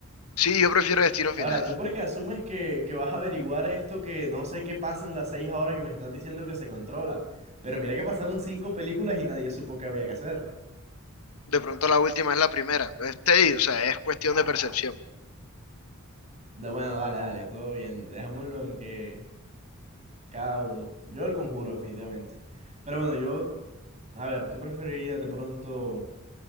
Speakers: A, on the left (about 80°); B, on the right (about 30°).
A: Sí, yo prefiero Destino
B: Ahora,
A: Final.
B: ¿tú por qué asumes que, que vas a averiguar esto que no sé qué pasa en las seis ahora que me estás diciendo que se controla? Pero mira que pasaron cinco películas y nadie supo qué había que hacer.
A: De pronto la última es la primera. Es tedioso, o sea, es cuestión de percepción.
B: Da- bueno, dale, dale, todo bien. Dejémoslo en que cada uno. Yo el conjuro, definitivamente. Pero bueno, yo, a ver, ¿tú preferirías de pronto